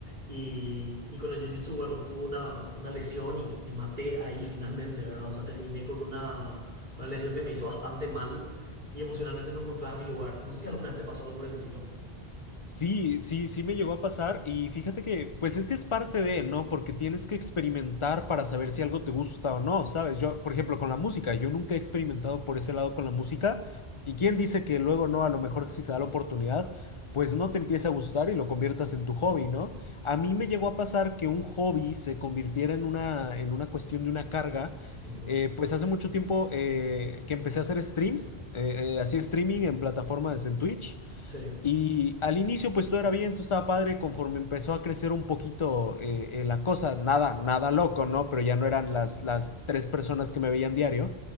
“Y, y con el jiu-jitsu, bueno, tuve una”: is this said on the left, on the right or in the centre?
Right